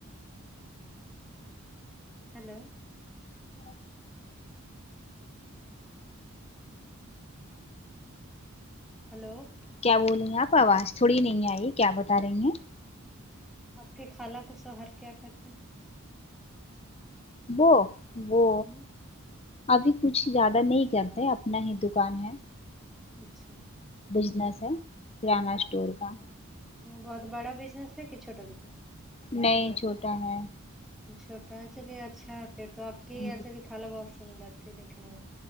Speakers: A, in the centre; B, on the left.
A: ہیلو
B: ہاں
A: ہیلو
B: کیا بول رہی ہیں آپ آواز تھوڑی نہیں آئی کیا بتا رہی ہیں
A: آپ کے خالہ کے شوہر کیا کرتے ہیں
B: وہ وہ
A: ہیں
B: ابھی کچھ زیادہ نہیں کرتے اپنا ہی دکان ہے
A: اچھا
B: بزنس ہے کرانہ اسٹور کا
A: بہت بڑا بزنس ہے کہ چھوٹا بزنس
B: نہیں چھوٹا ہے
A: چھوٹا ہے چلیے اچھا پھر تو آپ کی ہی
B: ہ
A: ایسے بھی خالا بہت سندر دیکھنے میں